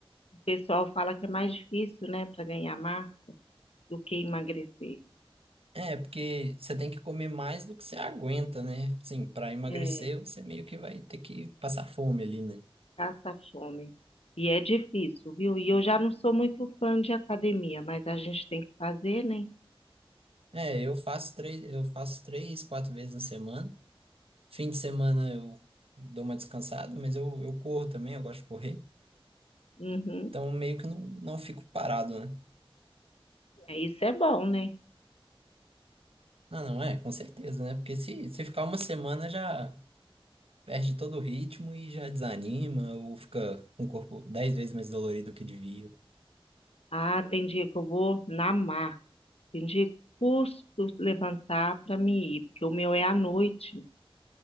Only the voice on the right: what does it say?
É, porque você tem que comer mais do que você aguenta, né? Sim, para emagrecer
você meio que vai ter que passar fome ali, né?
É, eu faço três, eu faço três, quatro vezes na semana. Fim de semana eu dou uma descansada, mas eu, eu corro também, eu gosto de correr.
Então meio que não, não fico parado, né?
Ah, não, é, com certeza, né? Porque se, se ficar uma semana já perde todo o ritmo e já desanima ou fica com o corpo dez vezes mais dolorido do que devia.